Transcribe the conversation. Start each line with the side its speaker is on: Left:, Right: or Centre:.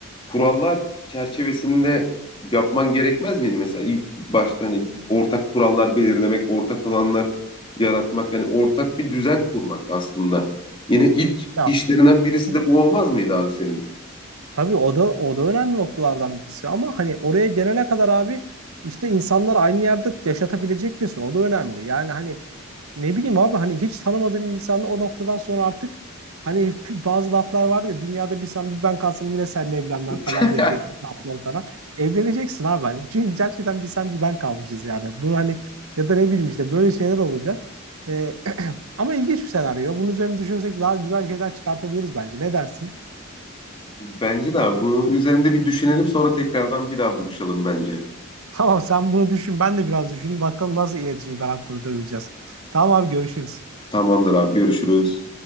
Left: kurallar çerçevesinde yapman gerekmez miydi mesela ilk başta hani ortak kurallar belirlemek, ortak alanlar yaratmak yani ortak bir düzen kurmak aslında. Yine ilk
Right: Ya.
Left: işlerinden birisi
Right: Hı hı.
Left: de bu olmaz mıydı abi senin?
Right: Tabii o da o da önemli noktalardan birisi ama hani oraya gelene kadar abi işte insanları aynı yerde yaşatabilecek misin? O da önemli. Yani hani ne bileyim abi hani hiç tanımadığım bir insanla o noktadan sonra artık hani <laughs> bazı laflar vardı ya dünyada bir sen bir ben kalsam yine seninle evlenmem falan
Left: <laughs>
Right: diye de lafları falan. Evleneceksin abi hani. Çünkü gerçekten bir sen bir ben kalmışız yani. Bunu hani ya da ne bileyim işte böyle şeyler olacak. Ee, <clears throat> ama ilginç bir senaryo. Bunun üzerine düşünsek daha güzel şeyler çıkartabiliriz bence. Ne dersin?
Left: Bence de abi. Bunun üzerinde bir düşünelim sonra tekrardan bir daha buluşalım bence.
Right: Tamam sen bunu düşün. Ben de biraz düşünün. Bakalım nasıl iletişim falan kurtarabileceğiz. Tamam abi görüşürüz.
Left: Tamamdır abi görüşürüz.